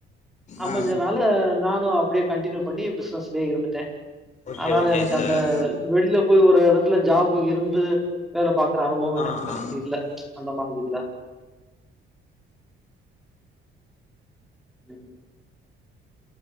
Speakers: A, in the centre; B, on the left.
A: அமஞ்சனால
B: ஆ
A: நானு அப்டியே கன்டினியூ பண்ணி பிஸ்னஸ்லே இருந்துட்ட
B: ஓகே
A: அனால
B: ஓகேங்க
A: எனக்கு
B: சார்
A: அந்த வெள்ல போய் ஒரு எடத்துல ஜாப்பு இருந்து வேல பாக்குற அனுபவோ
B: ஆ
A: எனக்கு கிடை
B: ஆ
A: இல்ல அந்த மாரி இல்ல ம்